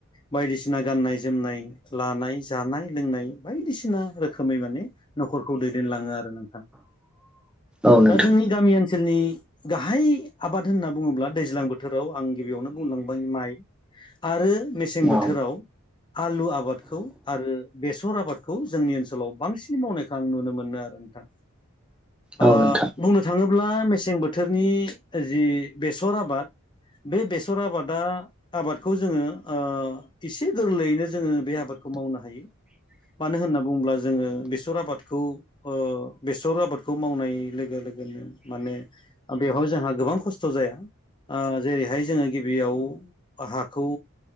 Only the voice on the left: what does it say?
बायदिसिना गाननाय जोमनाय लानाय जानाय लोंनाय बायदिसिना रोखोमै माने। न'खरखौ दैदेनलाङो आरो नोंथां
दा
जोंनि गामि ओनसोलनि। गाहाय आबाद होनना बुङोब्ला दैज्लां बोथोराव आं गिबियावनो बुंलांबाय माइ। आरो मेसें
बोथोराव। आलु आबादखौ आरो बेसर आबादखौ जोंनि ओनसोलाव बांसिन मावनायखौ आं नुनो मोनो आरोना।
ओ
बुंनो थाङोब्ला मेसें बोथोर। बोथोरनि जि बेसर आबाद। बे बेसर आबादा आबादखौ जोङो ओ एसे गोरलैयैनो जोङो बे आबादखौ। खौ मावनो हायो। मानो होनना बुङोब्ला जोङो बेसर आबादखौ बेसर आबादखौ मावनाय लोगो लोगो। लोगो माने बेवहाय जोंहा गोबां खस्थ' जाया। जेरैहाय जोङो गिबियाव हाखौ।